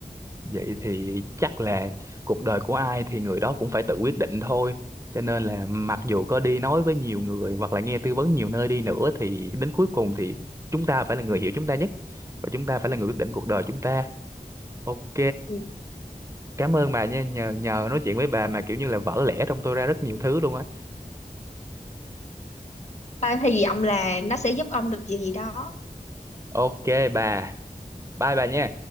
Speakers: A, on the right; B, on the left.
A: vậy thì chắc là cuộc đời của ai thì người đó cũng phải tự quyết định thôi. Cho nên là mặc dù có đi nói với nhiều người hoặc là nghe tư vấn nhiều nơi đi nữa thì đến cuối cùng thì chúng ta phải là người hiểu chúng ta nhất và chúng ta phải là người quyết định cuộc đời chúng ta. Ok,
B: Ừ.
A: cảm ơn bà nha, nhờ nhờ nói chuyện với bà mà kiểu như là vỡ lẽ trong tôi ra rất nhiều thứ luôn á.
B: Ba hy vọng là nó sẽ giúp ông được gì gì đó.
A: Ok bà, bye bà nha.